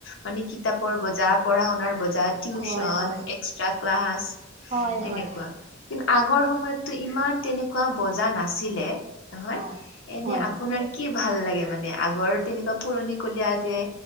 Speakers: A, on the left; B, on the right.
A: মানে। কিতাপৰ বোজা, পঢ়া-শুনাৰ বোজা, টিউচন,
B: হয় হয়
A: এক্সট্ৰা ক্লাছ।
B: হয়
A: তেনেকুৱা
B: হয়।
A: কিন্তু আগৰ সময়তটো ইমান তেনেকুৱা বজাৰ নাছিলে। নহয়,
B: হয়,
A: এনে
B: হয়,
A: আপোনাৰ
B: হয়,
A: কি ভাল লাগে মানে, আগৰ তেনেকুৱা পুৰণিকলীয়া যে